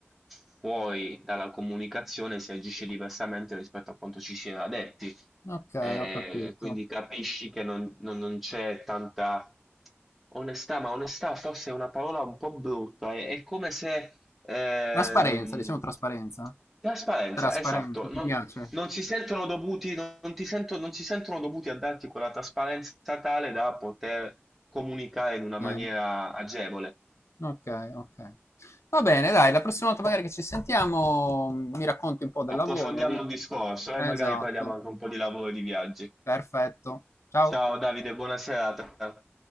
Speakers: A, in the centre; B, on the left (about 85°).
A: fuori dalla comunicazione si agisce diversamente rispetto a quanto ci si era detti.
B: Ok,
A: Eh,
B: ho capito.
A: quindi capisci che non, non- non c'è tanta onestà, ma onestà forse è una parola un po' brutta, è, è come se... ehm,
B: Trasparenza, diciamo trasparenza.
A: trasparenza,
B: Trasparenza,
A: esatto,
B: ti
A: non,
B: piace?
A: non si sentono dovuti, non, non ti sento- non si sentono dovuti a darti quella trasparenza tale da poter comunicare in una maniera
B: Eh,
A: agevole.
B: Ok, ok. Va bene, dai, la prossima volta magari che ci sentiamo, mm, mi racconti un po' del
A: Approfondiamo
B: lavoro.
A: il discorso
B: Esatto,
A: e magari parliamo anche un po' di lavoro e di viaggi.
B: perfetto. Ciao.
A: Ciao Davide, buona serata.